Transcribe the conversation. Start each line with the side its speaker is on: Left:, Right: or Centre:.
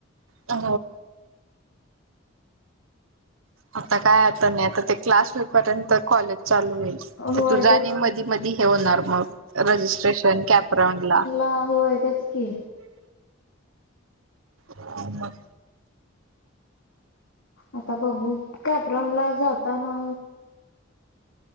Right: अ आता काय आता नाही आता ते क्लास पर्यंत कॉलेज चालू होल
Left: होय
Right: तर तुझा
Left: तेच
Right: आणि
Left: की
Right: मधी मधी हे होणार मग रजिस्ट्रेशन कॅपराऊंड ला
Left: ह होय त्याच की
Right: हम
Left: आता बघू कॅपराड ला जातना